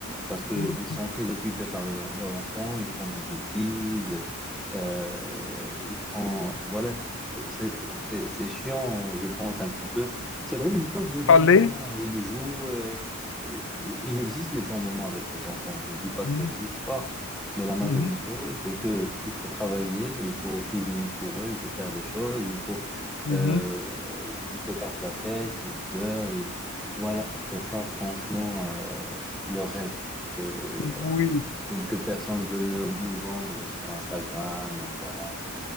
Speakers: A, in the centre; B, on the left.
A: parce que
B: mhm.
A: ils sont très occupés par leur- leurs enfants, ils font des bêtises, euh, ils prennent, voilà, c'est c'est- c'est- c'est chiant, je pense un petit peu. C'est vrai, ils passent des bons
B: Allez.
A: moments et ils jouent. euh, euh, il existe les bons moments avec les enfants. Je dis pas que
B: Mhm,
A: ça n'existe pas, mais la majorité,
B: mhm,
A: c'est que il faut travailler, il faut cuisiner pour eux, il faut faire des choses, il faut
B: mhm.
A: euh, il te casse la tête, il pleure, il... Voilà, c'est pas franchement euh, le rêve que
B: Oui,
A: quelques personnes veulent nous nous vendre sur Instagram ou voilà.